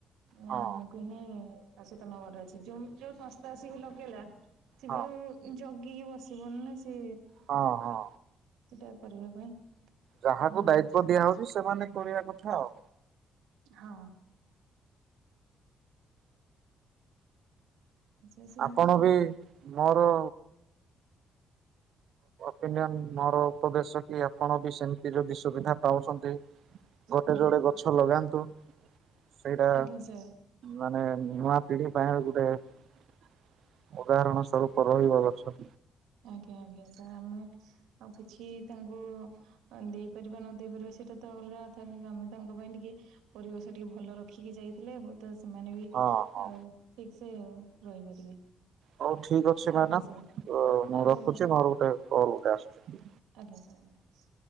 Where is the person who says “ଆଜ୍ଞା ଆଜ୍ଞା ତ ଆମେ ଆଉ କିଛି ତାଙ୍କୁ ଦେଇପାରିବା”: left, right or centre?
Right